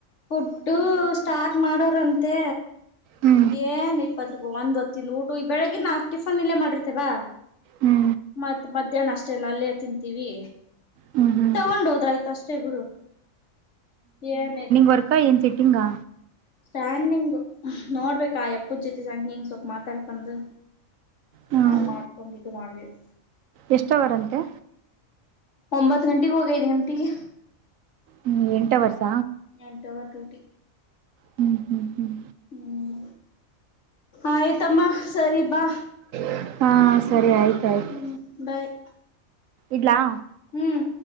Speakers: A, on the left (about 60°); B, on the right (about 75°).
A: ಫುಡ್ಡು ಸ್ಟಾರ್ಟ್ ಮಾಡೋರಂತೆ
B: ಹ್ಞೂ
A: ಏನ್ ಇಪ್ಪತ್ ಹ ಒಂದ್ ಹೊತ್ತಂದು ಊಟು ಈ ಬೆಳಗ್ಗಿನ ನಾವು ಟಿಫನ್ ಇಲ್ಲೇ ಮಾಡಿರ್ತೇವಾ.
B: ಹ್ಞೂ
A: ಮತ್ ಮತ್ತೆ ಮಧ್ಯಾಹ್ನ ಅಷ್ಟೇಲ್ಲ ಅಲ್ಲೇ ತಿಂತೀವಿ
B: ಹ್ಞೂ ಹ್ಞೂ
A: ತುಗೊಂಡ ಹೋದ್ರಯ್ತ ಅಷ್ ಕೆ ಬಿಡು ಏನ್
B: ವರ್ಕಾ ಏನ್ ಸಿಟ್ಟಿಂಗಾ.
A: ಸ್ಟ್ಯಾಂಡಿಂಗು ನೋಡ್ಬೇಕಾ ಎಪ್ಪನ್ ಜೊತೆ ಸಂಂಗ ಹಿಂಗ್ ಸ್ವಪ ಮಾತಾಡ್ಕೊಂಡ
B: ಹ್ಮ್
A: ನ ಮಾಡ್ಕೊಂಡ್ ಇದು ಮಾಡ್ಬೇಕ.
B: ಎಷ್ಟ ವರಂತೆ.
A: ಒಂಬತ್ತ ಗಂಟೆಗೆ ಹೋಗಿ ಐದು ಗಂಟೆಗೆ
B: ಹ್ಮ ಎಂಟ ಅವರ್ಸ.
A: ಎಂಟ ಅವರ್ ಡ್ಯೂಟಿ
B: ಹ್ಮ್ ಹ್ಮ್ ಹ್ಮ್
A: ಹ್ಮ್ ಆಯ್ತಮ್ಮ ಸರಿ ಬಾ.
B: ಹಾ ಸರಿ ಆಯ್ತ ಆಯ್ತು
A: ಹ್ಮ್ ಬಾಯ್.
B: ಇಡ್ಲಾ.
A: ಹ್ಮ್